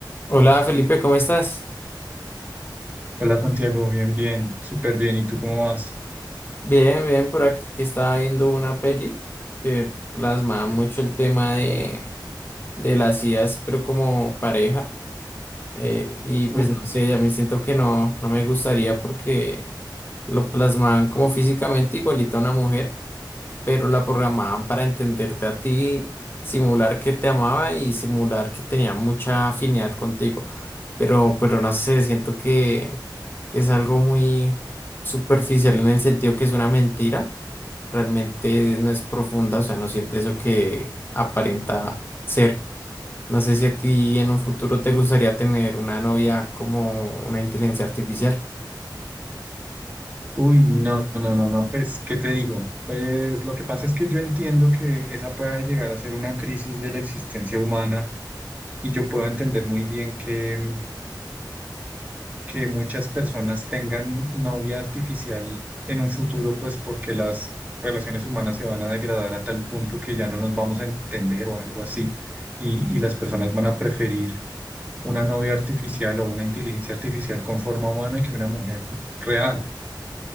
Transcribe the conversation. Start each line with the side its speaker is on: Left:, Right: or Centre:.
Left: Hola Felipe, ¿cómo estás?
Right: Hola Santiago, bien, bien, súper bien. ¿Y tú cómo vas?
Left: Bien, bien, por aquí que estaba viendo una peli que plasmaba
Right: Sí.
Left: mucho el tema de, de las ideas, pero como pareja. eh, y pues
Right: Uf,
Left: no sé, a mí siento que no, no me gustaría porque lo plasmaban como físicamente igualita a una mujer. pero la programaban para entenderte a ti, simular que te amaba y simular que tenía mucha afinidad contigo. Pero, pero no sé, siento que, que es algo muy superficial en el sentido que es una mentira. Realmente no es profunda, o sea, no siente eso que aparenta ser. No sé si a ti en un futuro te gustaría tener una novia como una inteligencia artificial.
Right: uy, no, no, no, no, pues, ¿qué te digo? Pues lo que pasa es que yo entiendo que esa pueda llegar a ser una crisis de la existencia humana y yo puedo entender muy bien que, que muchas personas tengan novia artificial en un futuro, pues porque las relaciones humanas se van a degradar a tal punto que ya no nos vamos a entender o algo así. Y, y las personas van a preferir una novia artificial o una inteligencia artificial con forma humana que una mujer real.